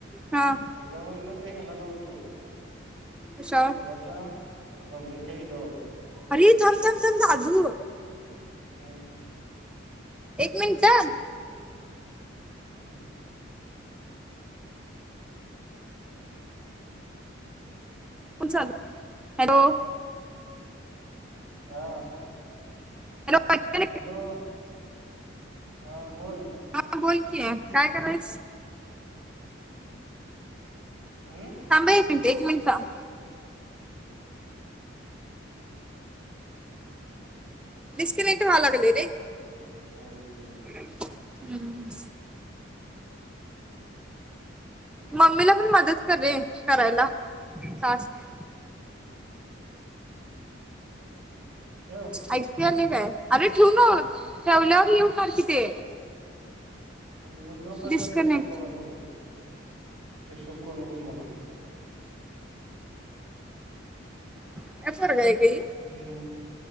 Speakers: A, in the centre; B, on the right.
A: हा
B: हेज्यावरण ते ह्याला लावतो,
A: कशावर
B: कोणाच्या मम्मीच्या हेच्यावर.
A: अरे थांब थांब थांब दादु.
B: हम्म.
A: एक मिनिट ह.
B: हम.
A: फोन चालु हॅलो!
B: हा.
A: हॅलो. ऐकाय
B: हॅलो. हां बोल.
A: हा बोल की, काय करायलाईस.
B: हम.
A: थांबा एक मिनट, एक मिनिट थांब. डिस्कनेक्ट व्हयलागल नय?
B: व्हेरी गुड जाॅब- <unintelligible>
A: <inaudible>
B: <inaudible>
A: हम्म मम्मीला पण मदत करेल, करायला टास्क
B: हम् ठेव
A: ऐकते अ काय अरे ठेवना ठेवल्यावर लिहून काढ की ते
B: मग गप बस
A: डिस्कनेक्ट
B: जरा पिक्चर बघायलो मी डिस्टर्ब करू नकोस मला
A: काय पोरगय हे
B: हो <unintelligible>